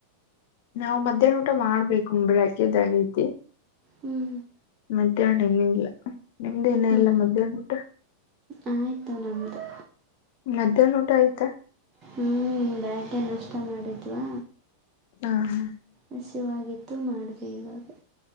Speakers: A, on the left; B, on the right.
A: ನಾವು ಮಧ್ಯಾಹ್ನ ಊಟ ಮಾಡಬೇಕು ಬೆಳಗ್ಗೆದಾಗೈತೆ
B: ಹ್ಞೂ
A: ಮಧ್ಯಾಹ್ನ ಇನ್ನು ಇಲ್ಲ ನಿಮ್ಡ್ ಇಲ್ವಾ ಇನ್ನ
B: ಹ್ಞೂ
A: ಮಧ್ಯಾಹ್ನದ ಊಟ
B: ಆಯಿತು ನಮ್ಮದು
A: ಮಧ್ಯಾಹ್ನ ಊಟ ಆಯ್ತಾ
B: ಹ್ಞೂ ಬೆಳಗ್ಗೆ ನಾಷ್ಟ ಮಾಡಿದ್ವಾ
A: ಹಾ ಹಾ
B: ಹಸುವಾಗಿತ್ತು ಮಾಡ್ದೆ ಇವಾಗ